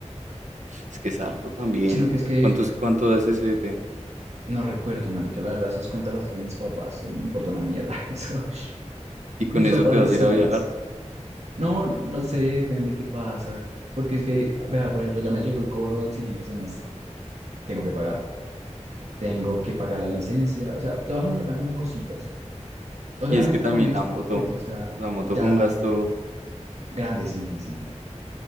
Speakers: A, on the right; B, on the right.
A: Es que es harto también.
B: Sino que es que
A: ¿Cuántos, cuánto das ese CDT?
B: no recuerdo, marica, la verdad, esas cuentas las hacen mis papás, me importa una mierda <laughs> eso.
A: Y con
B: Mis
A: eso
B: papás
A: te vas
B: gestionan
A: a ir a viajar.
B: eso. No, no sé, depende qué pasa, güey. Porque es que, vea, por ejemplo, ya me llegó el cobro del siguiente semestre. Tengo que pagarlo. Tengo que pagar la licencia. O sea, todavía me faltan como cositas. O sea,
A: Y
B: Obviamente
A: es que también
B: con esto,
A: la moto.
B: pues, o sea,
A: La moto
B: ya
A: fue un gasto.
B: grande, sí, sí, sí. sí.